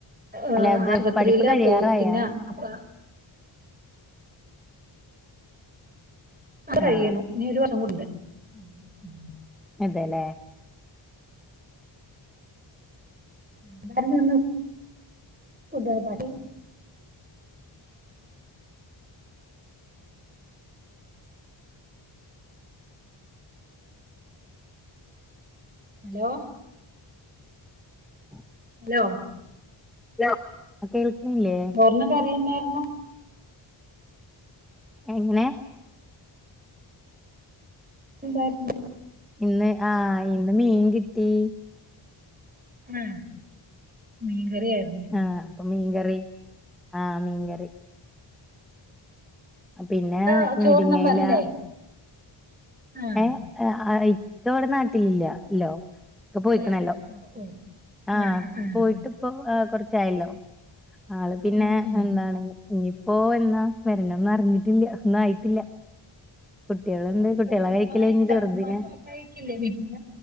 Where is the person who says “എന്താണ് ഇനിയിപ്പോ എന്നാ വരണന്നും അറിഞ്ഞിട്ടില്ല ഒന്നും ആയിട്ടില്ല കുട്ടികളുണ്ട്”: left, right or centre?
Centre